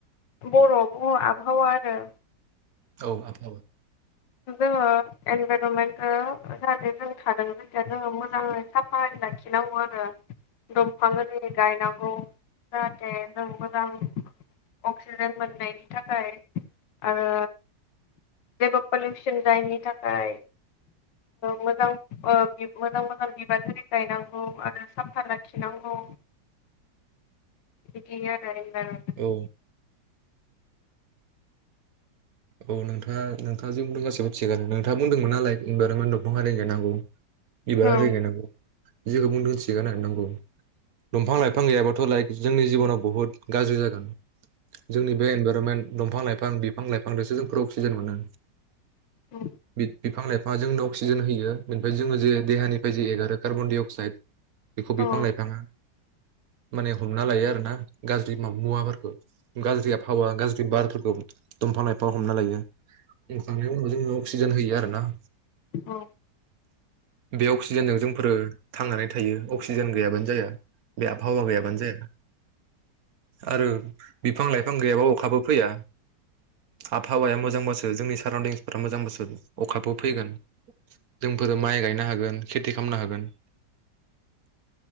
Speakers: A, on the left; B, on the right.
A: बर'आवबो आबहावा होनो।
B: औ
A: जोङो इनभाइरनमेन्टखौ जाहाथे जों थादों जायखिया जोङो मोजाङै साफायै लाखिनांगौ आरो दंफां आरि गायनांगौ जाहाथे जों मोजां अंक सिजेन मोननायनि थाखाय आरो जेबो पलिउसन जायैनि थाखाय मोजां ओ मोजां मोजां बिबार आरि गायनांगौ आरो साफ्फा लाखिनांगौ बिदिनो आरो इनभाइरनमेन्ट
B: औ औ नोंथाआ नोंथां जि बुंदों गासिबो थिगानो नोंथाङा बुंदोंमोन नालाय इनभाइरनमेन्ट दफां आरि गायनांगौ। बिबार
A: औ
B: आरि गायनांगौ। जेखौ बुंदोंस थिगानो नोंगौ। दंफां लाइफां गैयाबाथ' लाइक जोंनि जिबनाव बहुद गाज्रि जागोन। जोंनि बे इनभाइरनमेन्ट दंफां लाइफां बिफां लाइफां फांजोंसो जोंफोर अक्सिजेन मोनो।
A: औ
B: बि बिफां -लाइफांआ जोंनो अक्सिजेन होयो बेनिफ्राय जोङो जे देहानिफ्राय जे एगारो कार्बन-डाय-अक्साइड बेखौ
A: औ
B: बिफां लाइफांआ माने हमना लायो आरो ना गाज्रि मा मुवाफोरखो। गाज्रि आबहावा गाज्रि बारफोरखौ। दंफां-लाइफां हमना लायो। बुंखांनायनि उनाव जोङो अक्सि सिजेन होयो आरो ना।
A: औ
B: बे अक्सिजेनजों जोंफोरो थांनानै थायो अक्सिजेन गैयाबानो जाया। बे आबहावा गैयाबानो जाया। आरो बिफां-लाइफां गैयाबा अखाबो फैया। आबहावाया मोजांबासो जोंनि साराउन्दिंसफोरा मोजांबासो अखाबो फैगोन। जोंफोरो माइ गायनो हागोन खेथि खालामनो हागोन